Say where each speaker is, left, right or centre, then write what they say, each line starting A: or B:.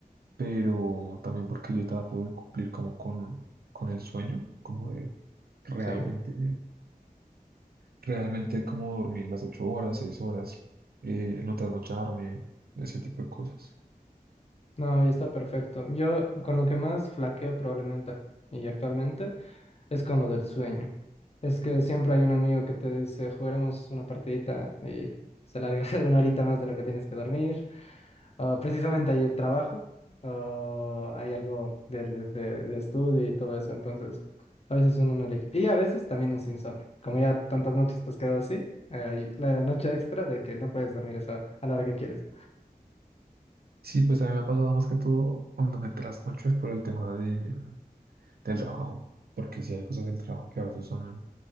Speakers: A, on the right; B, on the left.
A: Pero también porque yo trato de cumplir como con, con el sueño, como de realmente,
B: sí,
A: realmente como dormir las ocho horas, seis horas, eh, no trasnocharme, ese tipo de cosas.
B: no, y está perfecto. Yo con lo que más flaqueo probablemente y actualmente. es con lo del sueño. Es que siempre hay un amigo que te dice, jugaremos una partidita y se larga <laughs> una horita más de lo que tienes que dormir. O precisamente hay trabajo, o hay algo de, de- de- de estudio y todo eso. Entonces, a veces uno no elige. Y a veces también es insomnio. Como ya tantas noches te has quedado así, eh, y la noche extra de que no puedes dormir esa- a la hora que quieres.
A: Sí, pues a mí me ha pasado más que todo cuando me trasnocho es por el tema de, del trabajo, porque si hay cosas del trabajo que a veces son